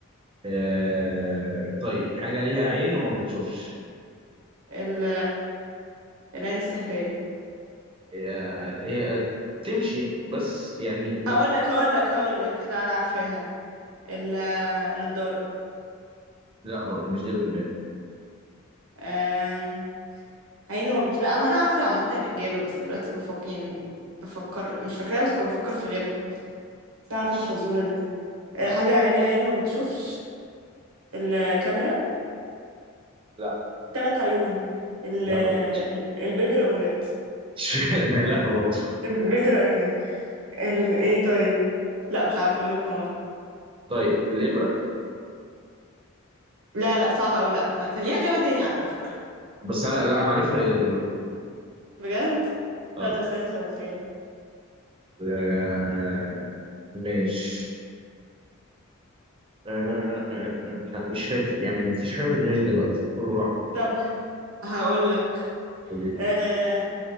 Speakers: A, on the right; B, on the right.
A: آه... طيب حاجة ليها عين وما بتشوفش
B: ال العين السحرية
A: آه... هي تمشي بس يعني لا
B: هقول لك هقول لك هقول لك لا انا عارفاها ال- النضاره
A: لا برضه مش دي الجملة
B: أم، عيني ما بت... لا هو انا عارفه عامه الاجابه بس دلوقتي بفكر يعني بفكر مش فاكراها بس بفكر في غيرها بس انا عارفه
A: ماشي
B: الفزوره دي أه، حاجه ليها عيني ما بتشوفش الكاميرا
A: لا
B: ثلاث عيون ال...
A: لا برضه
B: ال- البيض الاومليت
A: اشمعنى <laughs> لا برضه
B: البيض العيون ال... ايه طيب لا مش عارفه غير الحمار
A: طيب الإبرة
B: لا لا صعبه قوي لا ما كان ليها اجابه تانية على فكره
A: بس انا لا انا عارفها هي الإبرة
B: بجد
A: اه,
B: لا طب استني سؤال تاني
A: آه... ماشي آه آه آه لا مش فاكر يعني مفيش حاجة في دماغي دلوقتي كله راح برضه
B: طب هقول لك
A: بالليل
B: آه